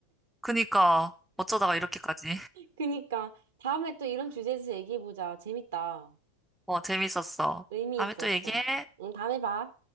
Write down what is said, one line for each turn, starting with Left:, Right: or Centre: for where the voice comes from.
Centre: 그니까 어쩌다가 이렇게까지.
Right: 그니까 다음에 또 이런 주제에서 얘기해보자. 재밌다.
Centre: 어, 재밌었어.
Right: 의미
Centre: 다음에
Right: 있었어.
Centre: 또 얘기해.
Right: 응, 다음에 봐.